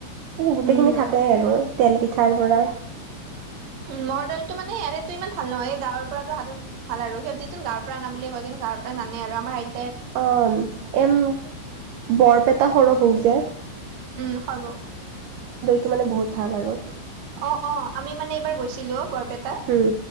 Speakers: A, on the right; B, on the right.
A: গোটেইখিনি
B: উম,
A: থাকে এইবোৰ। তেল পিঠাৰ পৰা
B: উম মহৰ দৈটো মানে ইয়াৰেটো ইমান ভাল নহয় এই গাঁৱৰ পৰাটো হাতত ভাল আৰু সিহঁতিতোন গাঁৱৰ পৰা অনা বুলিয়ে কয় কিন্তু তাৰ পৰা নানে আৰু আমাৰ আই
A: অম এম বৰপেটা হৰ বহু যে
B: উম সৰ্বক
A: টো মানে বহুত ভাল আৰু।
B: অ অ আমি মানে এইবাৰ গৈছিলো অ বৰপেটাত
A: উম